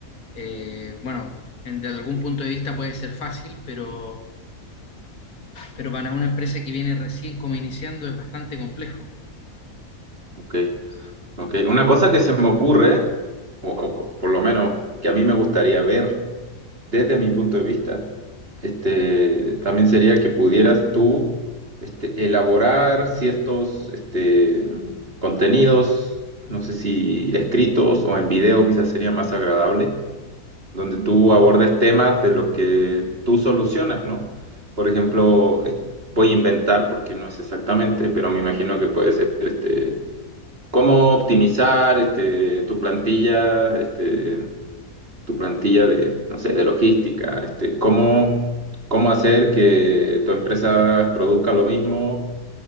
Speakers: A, on the left; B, on the right.
A: Eh, bueno, en- de algún punto de vista puede ser fácil, pero, pero para una empresa que viene recién como iniciando es bastante complejo.
B: Ok, ok. Una cosa que se me ocurre, o, o por lo menos que a mí me gustaría ver. desde mi punto de vista, este, también sería que pudieras tú este, elaborar ciertos este, contenidos, no sé si escritos o en video quizás sería más agradable, donde tú abordes temas de los que tú solucionas, ¿no? Por ejemplo, eh, voy a inventar porque no es exactamente, pero me imagino que puede ser este, cómo optimizar este, tu plantilla, este, tu plantilla de, no sé, de logística, este, cómo, cómo hacer que tu empresa produzca lo mismo